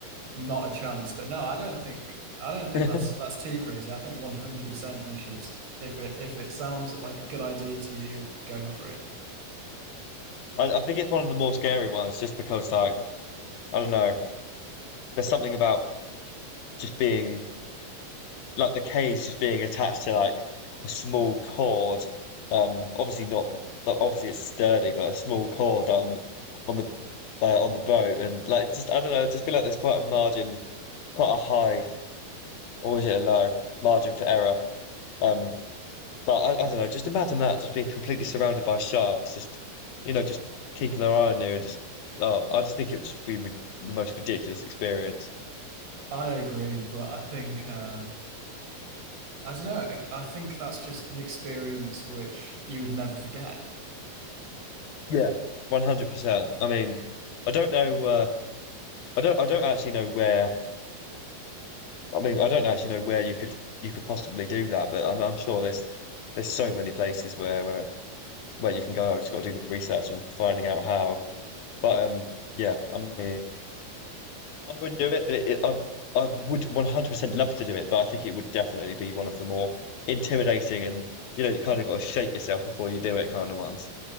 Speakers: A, on the right; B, on the left.
A: Not a chance. But no, I don't think I don't think
B: that?
A: that's that's too crazy. I think 100% you should if it if it sounds like a good idea to you, go for it.
B: <laughs> I, I think it's one of the more scary ones just because like I don't know, there's something about just being like the cage just being attached to like a small cord. Um, obviously not. like, Obviously it's sturdy, but a small cord on on the uh, on the boat, and like just I don't know. I just feel like there's quite a margin, quite a high, or is it a low margin for error? Um, but I, I don't know. Just imagine that just being completely surrounded by sharks, just you know, just keeping their eye on you, and just oh, I just think it would just be ri- the most ridiculous experience.
A: I agree, but I think uh I don't know. I, I think that's just an experience which you would never forget.
B: Yeah, one hundred percent. I mean, I don't know. Uh, I don't I don't actually know where I mean I don't actually know where you could you could possibly do that, but I'm I'm sure there's there's so many places where uh, where you can go. Just got to do the research and finding out how. But um yeah, I mean I would do it. it, it I I would 100% love to do it, but I think it would definitely be one of the more intimidating and you know you kind of got to shake yourself before you do it kind of ones.